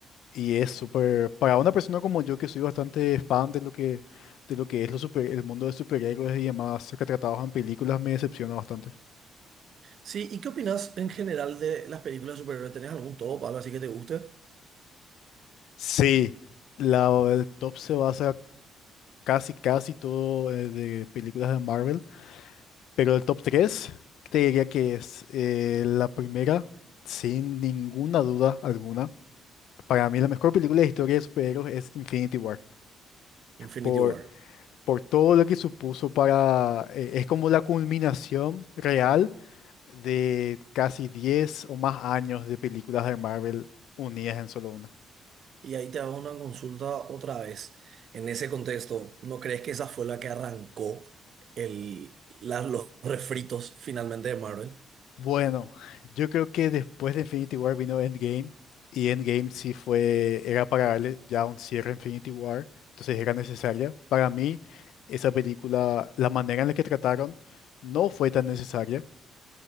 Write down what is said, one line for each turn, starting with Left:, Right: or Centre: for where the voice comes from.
Left: y es súper, para una persona como yo que soy bastante fan de lo que, de lo que es lo super- el mundo de superhéroes y demás, lo que tratados en películas me decepciona bastante.
Right: Sí, ¿y qué opinas en general de las películas de superhéroes? ¿Tenés algún top, algo así que te guste?
Left: Sí, la, el top se basa casi, casi todo eh, de películas de Marvel, pero el top 3 te diría que es eh, la primera, sin ninguna duda alguna. Para mí la mejor película de historia de superhéroes es Infinity War,
Right: Infinity
Left: por,
Right: War.
Left: por todo lo que supuso para... eh, es como la culminación real de casi 10 o más años de películas de Marvel unidas en solo una.
Right: Y ahí te hago una consulta otra vez. En ese contexto, ¿no crees que esa fue la que arrancó el, la- los refritos finalmente de Marvel?
Left: Bueno, yo creo que después de Infinity War vino Endgame y Endgame sí fue, era para darle ya un cierre a Infinity War, entonces era necesaria. Para mí, esa película, la manera en la que trataron no fue tan necesaria,